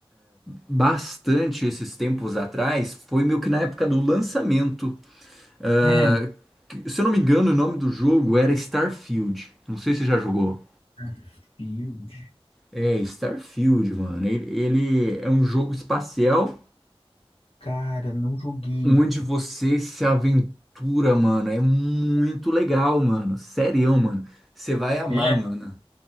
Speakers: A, in the centre; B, on the left.
A: bastante esses tempos atrás. Foi meio que na época do lançamento. É,
B: Hum.
A: que- se eu não me engano, o nome do jogo era Starfield. Não sei se você já jogou.
B: Battlefield.
A: É, Starfield, mano. Ele, ele é um jogo espacial
B: Cara, não joguei.
A: onde você se aventura, mano. É muito legal, mano. Sério, mano. Você vai amar,
B: É,
A: mano.